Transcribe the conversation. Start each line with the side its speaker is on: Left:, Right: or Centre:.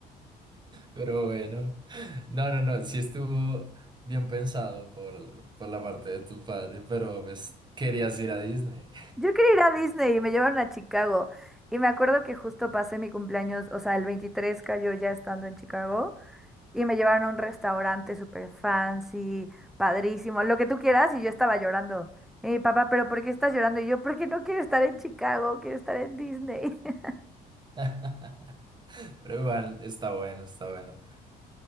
Right: Pero bueno, no, no, no, sí estuvo bien pensado por, por la parte de tu padre, pero pues querías ir a Disney.
Centre: Yo quería ir a Disney y me llevaron a Chicago y me acuerdo que justo pasé mi cumpleaños, o sea, el 23 cayó ya estando en Chicago. Y me llevaron a un restaurante súper fancy, padrísimo, lo que tú quieras, y yo estaba llorando. Y mi papá, ¿pero por qué estás llorando? Y yo, porque no quiero estar en Chicago, quiero estar en Disney. <laughs>
Right: <laughs> Pero igual, está bueno, está bueno.